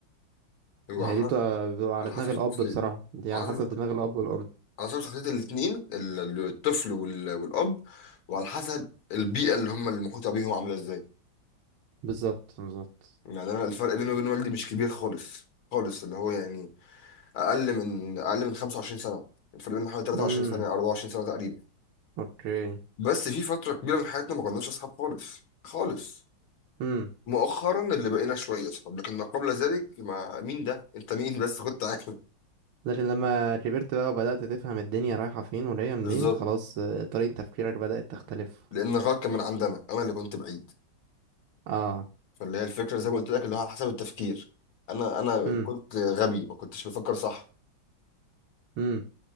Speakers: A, on the left; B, on the right.
A: هو
B: هي
A: على حسب
B: دي بتبقى, بتبقى على
A: على
B: دماغ
A: حسب
B: الاب
A: شخصيه
B: بصراحة دي
A: على
B: على حسب
A: حسب
B: دماغ الاب والام
A: على حسب شخصيه الاثنين الطفل وال- والاب وعلى حسب البيئه اللي هم المحيطه بيهم عامله ازاي
B: بالظبط بالظبط
A: يعني انا الفرق بيني وبين والدي مش كبير خالص خالص اللي هو يعني اقل من اقل من 25 سنه الفرق بيننا حوالي 23
B: امم
A: سنه 24 سنه تقريبا
B: اوكي
A: بس في فتره كبيره من حياتنا ما كناش اصحاب خالص خالص
B: امم
A: مؤخرا اللي بقينا شويه اصحاب لكن ما قبل ذلك ما مين ده انت مين بس كنت عارف
B: لكن لما كبرت بقى وبدأت تفهم الدنيا رايحة فين وجاية منين
A: بالظبط
B: خلاص آه، طريقة تفكيرك بدأت تختلف
A: لان غلط كان من عندنا انا اللي كنت بعيد
B: اه
A: فاللي هي الفكره زي ما قلت لك اللي هو على حسب التفكير انا انا
B: امم
A: كنت غبي ما كنتش بفكر صح
B: امم